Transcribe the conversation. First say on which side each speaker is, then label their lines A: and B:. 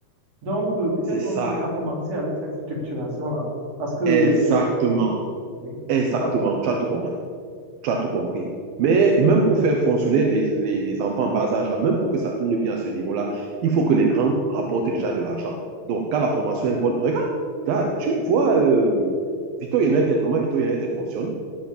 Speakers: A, on the right; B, on the right.
A: Donc, euh, peut-être
B: c'est ça.
A: on peut déjà commencer avec cette structuration-là. Parce que, euh,
B: Exactement,
A: oui,
B: exactement.
A: pas-
B: Tu as tout compris. Tu as tout compris. Mais même pour faire fonctionner les, les- les enfants en bas âge, là, même pour que ça tourne bien à ce niveau-là, il faut que les grands rapportent déjà de l'argent. Donc, quand la formation est bonne, regarde, regarde, tu vois euh, Vito United, comment Vito United fonctionne.